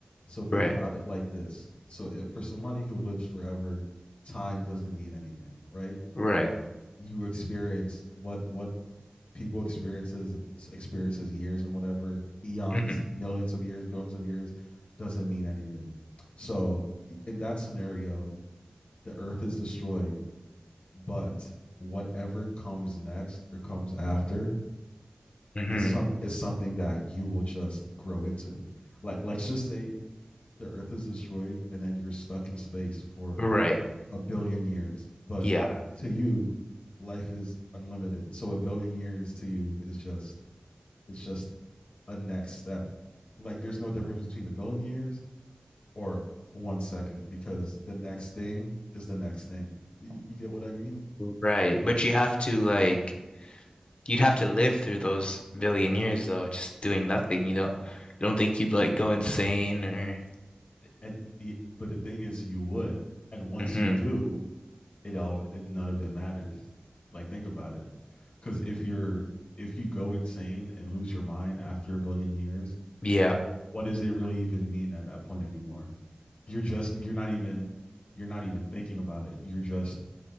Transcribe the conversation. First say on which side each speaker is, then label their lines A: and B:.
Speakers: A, on the left; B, on the left.
A: So think
B: Right.
A: about it like this. So if for somebody who lives forever, time doesn't mean anything, right?
B: Right.
A: You experience what what people experiences experiences years and whatever eons
B: hmm
A: millions of years billions of years doesn't mean anything so in that scenario the earth is destroyed but whatever comes next or comes after
B: hmm
A: is some is something that you will just grow into like let's just say the earth is destroyed and then you're stuck in space for
B: Right.
A: a billion years but
B: Yeah.
A: to you life is unlimited so a billion years to you is just it's just a next step. Like there's no difference between the billion years or one second because the next thing is the next thing. You, you get what I mean?
B: Right. But you have to like you'd have to live through those billion years though, just doing nothing. You don't you don't think you'd like go insane or
A: And but the thing is, you would, and once
B: hmm
A: you do, it all it, none of it matters. Like think about it, because if you're if you go insane and lose your mind after a billion years,
B: Yeah.
A: what does it really even mean at that point anymore? You're just you're not even you're not even thinking about it. You're just